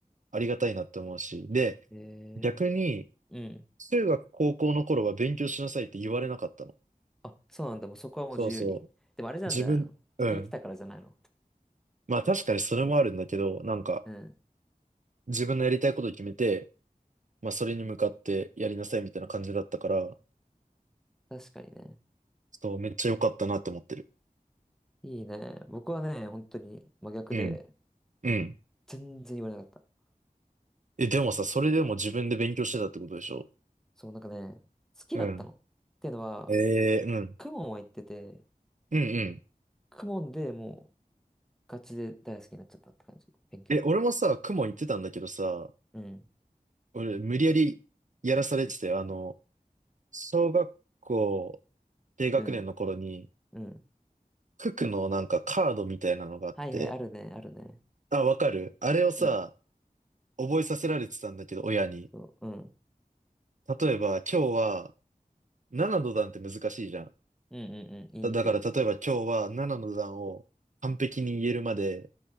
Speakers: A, on the right; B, in the centre.
A: ありがたいなって思うし、で、
B: ええ
A: 逆に、
B: うん。
A: 中学、高校の頃は勉強しなさいって言われなかったの。
B: あ、そうなんだ。もうそこはもう自由に。
A: そうそう。
B: でもあれじゃないの。
A: 自分、うん。
B: できたからじゃないの。
A: まあ確かにそれもあるんだけど、なんか、
B: うん。
A: 自分のやりたいことを決めて、まあそれに向かってやりなさいみたいな感じだったから、
B: 確かにね。
A: そう、めっちゃ良かったなって思ってる。
B: いいね。僕はね、本当に真逆で、
A: うん。うん。
B: 全然言われなかった。
A: え、でもさ、それでも自分で勉強してたってことでしょ
B: そう、なんかね、好きだったの。
A: うん。
B: っていうのは、
A: ええうん。
B: クモンは行ってて、
A: うんうん。
B: クモンでもうガチで大好きになっちゃったって感じ。勉強が。
A: え、俺もさ、公文行ってたんだけどさ、
B: うん。
A: 俺無理やりやらされてたよ。あの、小学校低学年の頃に、
B: うん。うん。
A: 九九のなんかカードみたいなのがあって、
B: はいはい、あるね、あるね。
A: あ、わかるあれをさ、
B: うん。
A: 覚えさせられてたんだけど、親に。
B: そう、うん。
A: 例えば、今日は7の段って難しいじゃん。
B: うんうんうん。言いにくいよね。
A: だ、だから例えば今日は7の段を完璧に言えるまで、